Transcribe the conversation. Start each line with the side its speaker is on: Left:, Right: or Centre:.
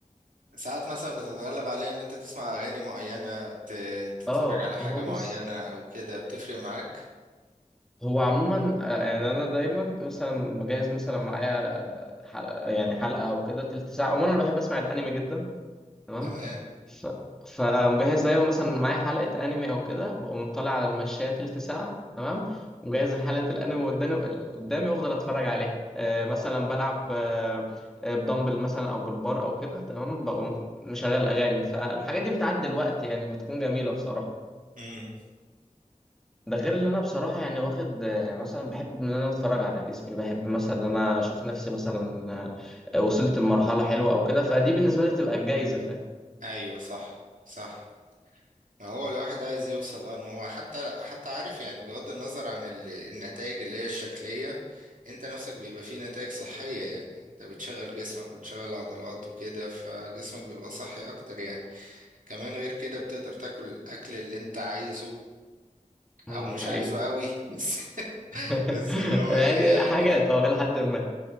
Right: ساعات مثلا بتتغلب عليها ان انت تسمع اغاني معينة ت- تتفرج
Centre: اه
Right: على حاجة
Centre: هو
Right: معينة
Centre: بص
Right: او كده بتفرق معاك
Centre: هو عموما آه، يعني انا دايما مثلا مجهز مثلا معايا حلقه يعني حلقه او كده تلت ساعه عموما انا بحب اسمع الانمي جدا تمام
Right: تمام
Centre: ف... فمجهز دايما مثلا معايا حلقة أنمي أو كده بقوم طالع على المشاية تلت ساعة تمام ومجهز حلقة الأنمي قدامي قدامي وأفضل أتفرج عليها آه مثلا بلعب آه آه، بدمبل مثلا أو بالبار أو كده تمام بقوم مشغل أغاني فالحاجات دي بتعدي الوقت يعني بتكون جميلة بصراحة
Right: امم
Centre: ده غير اللي انا بصراحه يعني واخد آه، مثلا بحب ان انا اتفرج على جسمي بحب مثلا ان انا اشوف نفسي مثلا آه، وصلت لمرحله حلوه او كده فدي بالنسبه لي تبقى الجايزه فاهم
Right: ايوه صح صح هو الواحد عايز يوصل اه ان هو حتى حتى عارف يعني بغض النظر عن ال- النتائج اللي هي الشكلية انت نفسك بيبقى فيه نتائج صحية يعني انت بتشغل جسمك وتشغل عضلات وكده فجسمك بيبقى صحي اكتر يعني كمان غير كده بتقدر تاكل الاكل اللي انت عايزه
Centre: مم،
Right: او مش
Centre: دي حقيقة
Right: عايزه قوي <laughs> بس
Centre: <laughs>
Right: بس اللي هو
Centre: يعني
Right: ايه يعني
Centre: حاجات اه إلى حد ما